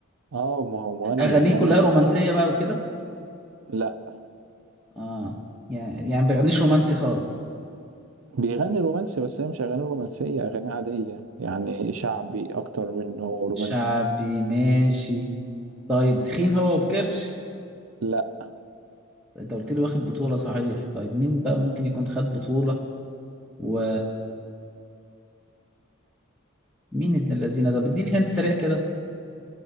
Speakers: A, on the right; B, in the centre.
A: اه ما هو مغني
B: اغانيه
A: ومغني
B: كلها
A: مشهور
B: رومانسية بقى وكده
A: لا
B: اه يعني يعني ما بيغنيش رومانسي خالص
A: بيغني رومانسي بس هي مش اغاني رومانسيه اغاني عاديه يعني شعبي اكتر منه رومانسي
B: شعبي ماشي طيب تخين هو وبكرش
A: لا
B: انت قلت لي واخد بطولة صحيح طيب مين بقى ممكن يكون خد بطولة و مين ابن الذين ده بديني هنت سريع كده